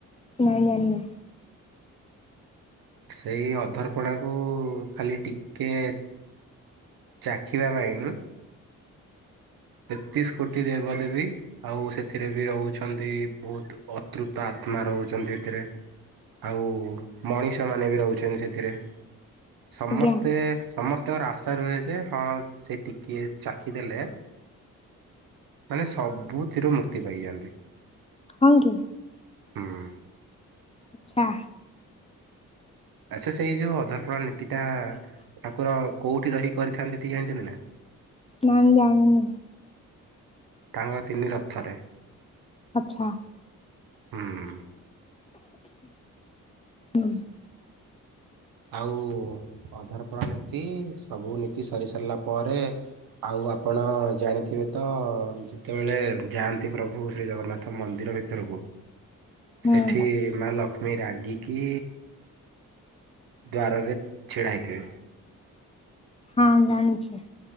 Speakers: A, on the left; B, on the right.
A: ନାଇଁ ଜାଣି ନାଇ।
B: ସେଇ ଅଧାରପଣକୁ ଖାଲି ଟିକଏ ଚାଖି ପାଇଁ ତେତିଶ କୋଟି ଦେବା ଦେବୀ ଆଉ ସେଥିରେ ବି ରହୁଛନ୍ତି ବହୁତ ଅତୃପ୍ତ ଆତ୍ମା ରହୁଛନ୍ତି ସେଥିରେ ଆଉ ମଣିଷମାନେ ବି ରହୁଛନ୍ତି ସେଥିରେ ସମସ୍ତେ
A: ଆଜ୍ଞା
B: ସମସ୍ତଙ୍କର ଆଶା ରୁହେ ଯେ ହଁ ସେ ଟିକିଏ ଚାଖି ଦେଲେ ମାନେ ସବୁଥିରୁ ମୁକ୍ତି ପାଇଯାଆନ୍ତି।
A: ହଁ କି?
B: ହଁ।
A: ଆଛା।
B: ଆଚ୍ଛା ସେଇ ଯୋଉ ଅଧର୍ପଣା ନୀତି ଟା ଠାକୁର କୋଉଠି ରହି କରିଥାନ୍ତି ଟିକେ ଜାଣିଛନ୍ତି ନା?
A: ନା ଯାଣିନି।
B: ତାଙ୍କ ତିନି ରଥରେ।
A: ଆଚ୍ଛା।
B: ହୁଁ।
A: ହୁଁ।
B: ଆଉ ଅଧରପଣା ନୀତି ସବୁ ନୀତି ସରି ସାରିଲା ପରେ ଆଉ ଆପଣ ଜାଣିଥିବେ ତ ଯେତେବେଳେ ଯାଆନ୍ତି ପ୍ରଭୁ ଶ୍ରୀ ଜଗନ୍ନାଥ ତ ମନ୍ଦିର ଭିତରକୁ
A: ହୁଁ
B: ସେଠି ମା ଲକ୍ଷ୍ମୀ ରାଗିକି ଦ୍ୱାରରେ ଛିଡ଼ା ହେଇଥିବେ?
A: ହଁ ଜାଣିଛି।